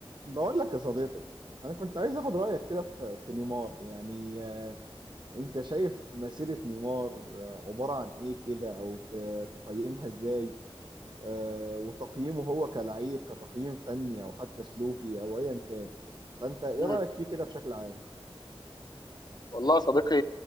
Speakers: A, on the right; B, on the left.
A: بقول لك يا صديقي انا كنت عايز اخد رايك كده في في نيمار يعني آه، انت شايف مسيره نيمار آه، عباره عن ايه كده او ت- تقيمها ازاي آه، وتقييمه هو كلعيب كتقييم فني او حتى سلوكي او ايا كان فانت ايه
B: مم.
A: رايك فيه كده بشكل عام
B: والله يا صديقي